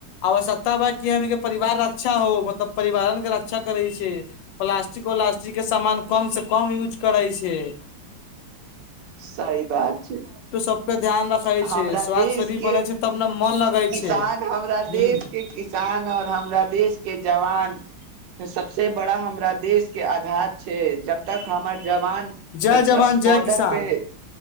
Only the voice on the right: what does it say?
सही बात छैय।
हमरा
देश
के
किसान
हमरा देश
के किसान और हम हमरा देश के जवान सबसे बड़ा हमरा देश के आधार छैय जब तक हमर जवान
बॉर्डर
पे